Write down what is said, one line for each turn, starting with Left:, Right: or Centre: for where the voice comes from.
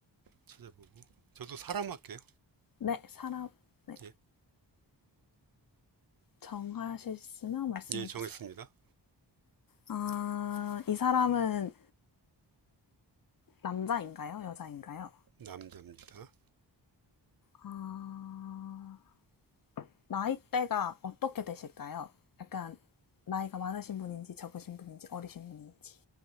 Right: 찾아보고. 저도 사람 할게요.
Left: 네, 사람, 네.
Right: 예.
Left: 정하셨으면 말씀해주세요.
Right: 예, 정했습니다.
Left: 아, 이 사람은 남자인가요? 여자인가요?
Right: 남자입니다.
Left: 아, 나이대가 어떻게 되실까요? 약간 나이가 많으신 분인지 적으신 분인지 어리신 분인지.